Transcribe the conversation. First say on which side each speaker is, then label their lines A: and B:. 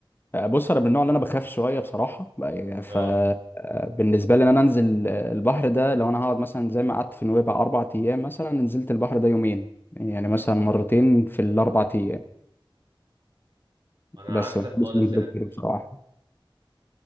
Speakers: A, on the left (about 25°); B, on the right (about 55°).
A: آه، بص أنا من النوع اللي أنا بخاف شوية بصراحة فبالنسبة
B: اه
A: لي إن أنا أنزل آه، البحر ده لو أنا هقعد مثلا زي ما قعدت في نويبع أربع أيام مثلا نزلت البحر ده يومين يعني مثلا مرتين في الأربع أيام
B: انا
A: بس
B: عكسك
A: ما بحبش
B: خالص
A: منظره
B: يعني
A: كتير بصراحه